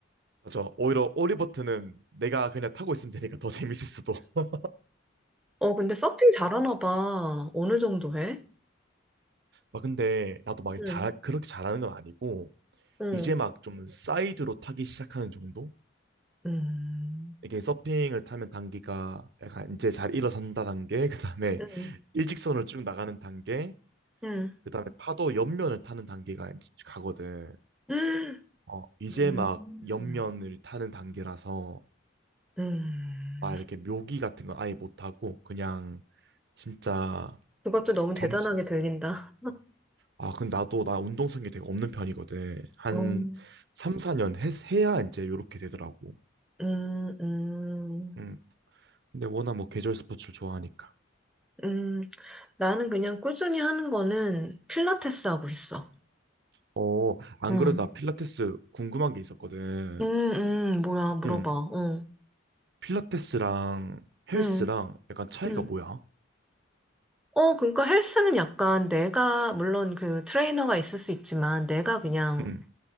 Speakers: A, on the right (about 55°); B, in the centre.
A: 맞아. 오히려 오리버트는 내가 그냥 타고 있으면 되니까 더 재밌을 수도. <laughs>
B: 어, 근데 서핑 잘하나 봐. 어느 정도 해?
A: 막 근데 나도 막
B: 응,
A: 잘 그렇게 잘하는 건 아니고
B: 응,
A: 이제 막 좀 사이드로 타기 시작하는 정도?
B: 음,
A: 이게 서핑을 타면 단기가 약간 이제 잘 일어선다 단계, 그 다음에
B: 응,
A: <laughs> 일직선을 쭉 나가는 단계,
B: 응,
A: 그 다음에 파도 옆면을 타는 단계가 이제 가거든.
B: 응
A: 어, 이제
B: 음,
A: 막 옆면을 타는 단계라서
B: 음.
A: 막 이렇게 묘기 같은 건 아예 못 하고 그냥 진짜
B: 그것도 너무
A: 정식.
B: 대단하게 들린다. <laughs>
A: 아, 근데 나도 나 운동성이 되게 없는 편이거든. 한
B: 음,
A: 3, 4년 해, 해야 이제 요렇게 되더라고.
B: 음, 음,
A: 음. 근데 워낙 뭐 계절 스포츠를 좋아하니까.
B: 음. 나는 그냥 꾸준히 하는 거는 필라테스 하고 있어.
A: 어, 안
B: 응,
A: 그래도 나 필라테스 궁금한 게 있었거든.
B: 음, 음, 뭐야, 물어봐.
A: 응.
B: 어,
A: 필라테스랑 헬스랑
B: 응,
A: 약간 차이가
B: 응.
A: 뭐야?
B: 어, 그러니까 헬스는 약간 내가, 물론 그 트레이너가 있을 수 있지만, 내가 그냥
A: 응,